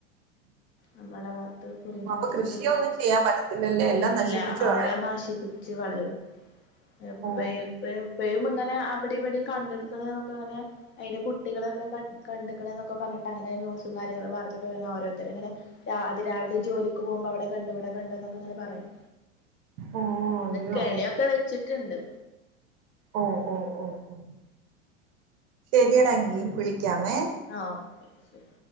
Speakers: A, on the left; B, on the right.
A: നമ്മുടെ ഭാത്ത് കുരീന്ന
B: അപ്പൊ കൃഷിയൊന്നും ചെയ്യാൻ പറ്റത്തില്ലല്ലേ എല്ലാം
A: ഇല്ല
B: നശിപ്പിച്ചു
A: അവിടെ
B: കളയും
A: നാശിപ്പി ച്ച കളയും. എപ്പ
B: ഓ
A: ഇപ്പ ഇപ്പഴും ങ്ങനെ അവിടെ ഇവിടെ കണ്ടെടുക്കണന്നൊക്കെ ഇങ്ങനെ അയ്ന്റെ കുട്ടികളൊക്കെ കണ്ടക്കണന്നക്കെ പറഞ്ഞിട്ട് അങ്ങനെ ന്യൂസ കാര്യങ്ങള് വാർത്തക്കെ ഓരോത്തർ ഇങ്ങനെ രാ അതി രാവിലെ ജോലിക്ക് പോകുമ്പോ അവിടെകണ്ട ഇവിടെ കണ്ട ന്നൊക്കെങ്ങനെ പറയാ.
B: ഓ അയ്യോ
A: കെണിക്കെ വെച്ചിട്ടുണ്ട്.
B: ഓ ഓ ഓ ഓ ശരിയടാങ്കി വിളിക്കാമേ?
A: ആ ഓക്കെ ശരി.